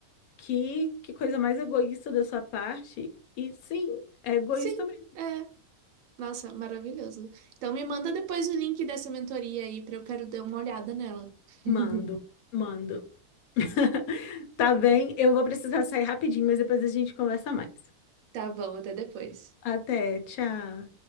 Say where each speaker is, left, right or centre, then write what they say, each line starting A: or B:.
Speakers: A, on the left; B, on the right.
A: que, que coisa mais egoísta da sua parte. E sim, é egoísta
B: Sim,
A: mesmo.
B: é. Nossa, maravilhoso. Então me manda depois o link dessa mentoria aí pra eu quero dar uma olhada nela.
A: Mando,
B: <laughs>
A: mando. <laughs> Tá bem, eu vou precisar sair rapidinho, mas depois a gente conversa mais.
B: Tá bom, até depois.
A: Até, tchau.